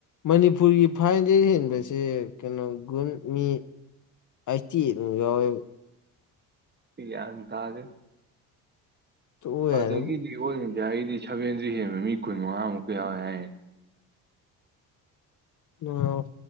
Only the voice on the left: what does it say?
ꯃꯅꯤꯄꯨꯔꯒꯤ ꯐꯥꯏꯗꯥꯒꯤ ꯍꯦꯟꯕꯁꯤ ꯀꯩꯅꯣ ꯒꯨꯟ ꯃꯤ ꯑꯥꯏꯇꯤ ꯑꯥꯏꯠꯃꯨꯛ ꯌꯥꯎꯏ
ꯇꯣꯛꯑꯣ
ꯌꯥꯔꯦꯕꯣ
ꯑꯣ